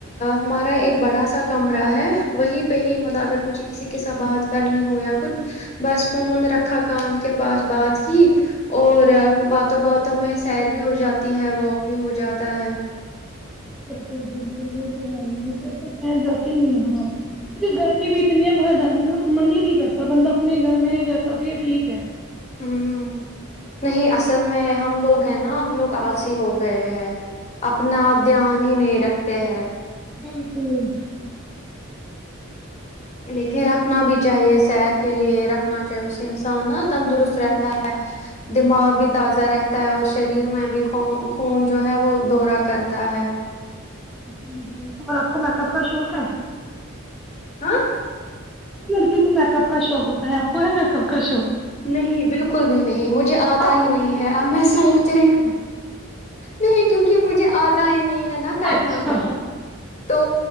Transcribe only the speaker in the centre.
بالکل بالکل وہ تو ہے ہییسے تو میں جاتی ہی نہیں ہ باہر گرمی بھی اتنی ہے باہر جانے میں من ہی نہیں کرتا بندہ اپنے گھر میں جیسا بھی ہے ٹھیک ہے
بالکل
جی جی اور آپ کو میک اپ کا شوق ہے
ہر لڑکی کو میک اپ کا شوق ہوتا ہے آپ کو ہے میک اپ کا شوق
آپ
کو
میک
اپ کرنے
کا
شوق
نہیں
ہے
اچھا